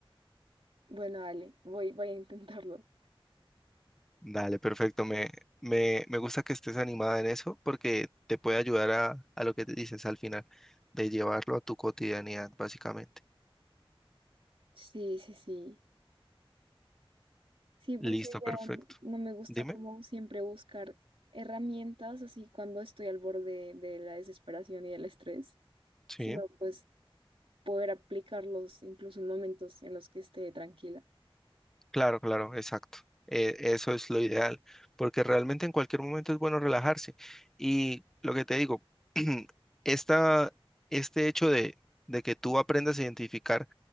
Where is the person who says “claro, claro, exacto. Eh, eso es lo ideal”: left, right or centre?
Centre